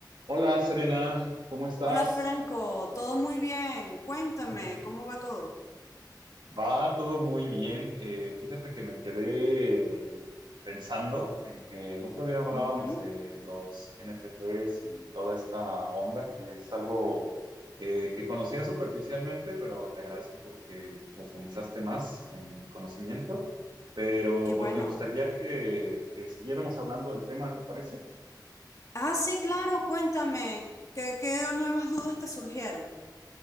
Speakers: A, on the right; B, on the left.
A: Hola Serena, ¿cómo estás?
B: Hola Franco, todo muy bien. Cuéntame,
A: <laughs>
B: ¿cómo va todo?
A: Va todo muy bien. Eh, fíjate que me quedé eh, el- pensando en que el otro día hablábamos
B: Ujú,
A: de los NFTs y toda esta onda, que es algo eh, que conocía superficialmente, pero te agradezco porque profundizaste más en mi conocimiento. Pero
B: Qué bueno.
A: pues me gustaría que, que siguiéramos hablando del tema, ¿te parece?
B: Ah, sí, claro, cuéntame. ¿Qué, qué nuevas dudas te surgieron?